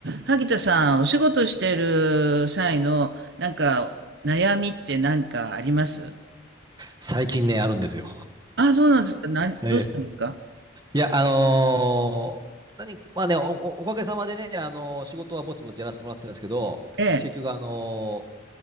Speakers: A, on the right; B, on the right.
A: 萩田さん、お仕事してる際の、なんか、悩みって何かあります
B: 最近ね、あるんですよ。
A: ああ、そうなんですか。なん、
B: ええ。
A: どうしたんですか
B: いや、あのー何、まあね、お、おおかげさまでね、あのー仕事はぼちぼちやらせてもらってるんですけど、
A: ええ、
B: 結局、あのー